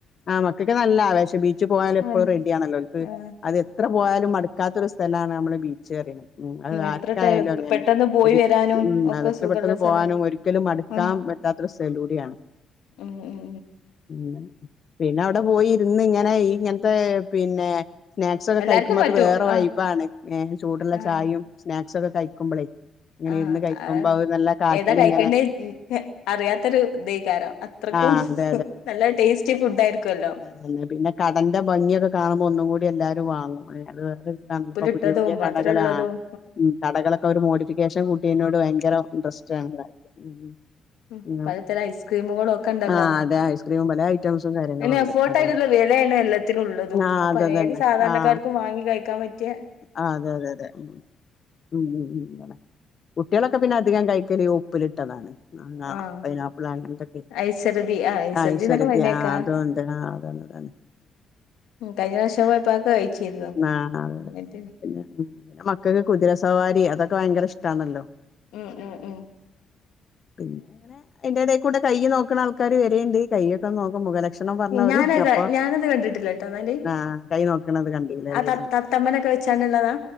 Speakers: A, on the left; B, on the left.
A: ആഹ് മക്കക് നല്ല ആവേശം ബീച്ച്
B: ഉം
A: പ്പഴും റെഡിയാണല്ലോൽക്ക്.
B: ആഹ്
A: അത് എത്ര പോയാലും മടുക്കാത്തൊരു സ്ഥലാണ്. നമ്മള് ബീച്ച് ന്ന് പറി ഉം, അത്
B: എത്ര
A: ആർക്കായാലും
B: ടെ
A: അങ്ങനെ.
B: പെട്ടെന്ന് പോയി
A: ഒരി
B: വരാനും
A: ക്യും
B: ഒക്കെ
A: അത് അത്ര
B: സുഖമുള്ള
A: പെട്ടന്ന്
B: സ്ഥലാ
A: പോകാനും ഒരിക്കലും മടുക്കാൻ
B: ആഹ്
A: പ റ്റാതൊരു സലൂടി ആണ്.
B: ഉം ഉം
A: ഉം, പിന്നെ അവിടെ പോയി ഇരുന്ന് ഇങ്ങനെ ഈ ഇങ്ങൻത്തെ പിന്നെ. സ്നാക്സൊക്കെ
B: എല്ലാർക്കും
A: കഴിക്കുമ്പോ
B: പറ്റും
A: അത് വേറെ വൈബാണ്.
B: ആഹ്
A: ഏഹ് ചൂടുള്ള
B: ആഹ്
A: ചായിം. സ്നാക്സ് ക്കെ കഴിക്കുമ്പോളേ ങ്ങനെ
B: ആഹ്
A: ഇരുന്ന് കഴിക്കുമ്പോ.
B: ആഹ്
A: നല്ല കാറ്റിലിങ്ങനെ
B: ഏതാ കഴിക്കേണ്ടേ ഉം ഹേ അറിയാത്തൊരു ഇതേകാരം. അത്രക്കും.
A: ആഹ് അതെ
B: നല്ല ടേസ്റ്റി ഫുഡായിരിക്കോല്ലോ.
A: അയിന് പിന്നെ കടന്റെ ഭംഗിയൊക്കെ കാണുമ്പോ ഒന്നും കൂടി എല്ലാരും വാങ്ങും. അത് വേറെ
B: ഉപ്പിലിട്ടതും
A: പ്പ പുതിയ പുതിയ
B: മധുരള്ളതും
A: കടകള്, ആഹ് ഉം കടകളൊക്കെ ഒരു മോഡിഫിക്കേഷൻ കൂട്യേ നോണ്ട് ഭയങ്കരം ഇന്ട്രെസ്റ്റാ ണല്ലോ.
B: ഉം പലതരം ഐസ്ക്രീമുകളും ഒക്കെ ഉണ്ടല്ലോ
A: ആഹ് അത്. ഐസ്ക്രീമും പലെ ഐറ്റംസും കാര്യങ്ങളുണ്ട്.
B: പിന്നെ എഫോർട്ട്
A: അതെ
B: ആയിട്ടുള്ള
A: തെ.
B: വിലയാണ് എല്ലാത്തിനും ഉള്ളതും
A: ആഹ്
B: അപ്പൊ
A: അതെ
B: ഏത്
A: തന്നെ.
B: സാധാരണക്കാർക്കും
A: ആഹ്,
B: വാങ്ങി കഴിക്കാൻ പറ്റിയ
A: ആഹ് അതെ തെ തെ ഉം ഉം ഉം ഉം അതെ. കുട്ടികളൊക്കെ പിന്നെ അധികം കൈക്കല് ഉപ്പിലിട്ടതാണ്. മാങ്ങ,
B: ആഹ്
A: പൈനാപ്പള്, അങ്ങൻത്തെ ക്കെ.
B: ഐസർദി ആഹ് ഐസർദി
A: ഐസോരതി
B: എന്നൊക്കെ പറയണേക്കാ
A: ആഹ് അതൊണ്ട് ആഹ് അതാണ് അതാണ്.
B: ഉം, കഴിഞ്ഞ പ്രാശ്യം പോയപ്പോ അതൊക്കെ കഴിച്ചിരുന്നു.
A: ആ അതെ അതെ
B: ഞട്ട്
A: പിന്നെ ഉം മക്കൾക്ക് കുതിരസവാരി അതൊക്കെ ഭയങ്കര ഇഷ്ട്ടാണല്ലോ.
B: ആഹ് ആഹ്
A: പിന്നെ അയ്ന്റെ ടെ കൂടെ കയ്യ് നോക്കണ ആൾ ക്കാര് വരേണ്ട്. കയൊക്കെ നോക്കും. മുഖല ലക്ഷണം പറഞ്ഞവര്
B: ഞാനത്
A: അപ്പം
B: ഞാനത് കണ്ടിട്ടില്ല ട്ടോ എന്നാല്
A: ആഹ് കൈ നോക്കണത് കണ്ടീല
B: ആ
A: ലെ.
B: ത തത്തമ്മനൊക്കെ വെച്ചാണ്ട് ള്ളെ താ.